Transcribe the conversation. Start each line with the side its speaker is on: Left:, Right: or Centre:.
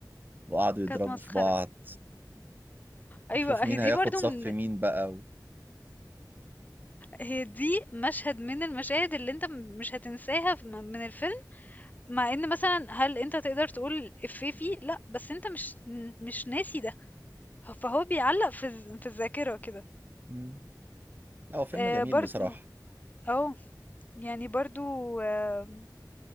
Right: وقعدوا يضربوا
Left: كانت مسخرة.
Right: في بعض
Left: أيوه،
Right: وشوف مين
Left: أهي دي
Right: هياخد
Left: برضه
Right: صف
Left: من
Right: مين بقى و...
Left: هي دي مشهد من المشاهد اللي أنت مش هتنساها ف من من الفيلم، مع إن مثلًا هل أنت تقدر تقول إفيه فيه؟ لأ، بس أنت مش مش ناسي ده. ه فهو بيعلّق في الذ في الذاكرة كده.
Right: مم. لا هو فيلم
Left: آآ
Right: جميل
Left: برضه
Right: بصراحه
Left: آه. يعني برضه آمم